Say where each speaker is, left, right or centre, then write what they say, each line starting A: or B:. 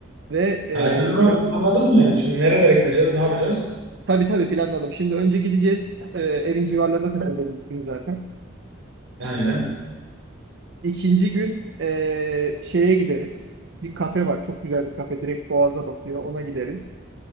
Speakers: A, on the right; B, on the right.
A: Ve e,
B: Ha, sen onu
A: biraz
B: anladın mı? Şimdi nerelere gideceğiz? Ne yapacağız?
A: tabii tabii planladım. Şimdi önce gideceğiz. E, evin civarlarında takılacağız ilk gün zaten.
B: Aynen.
A: İkinci gün e, şeye gideriz. Bir kafe var. Çok güzel bir kafe. Direkt Boğaz'a bakıyor. Ona gideriz.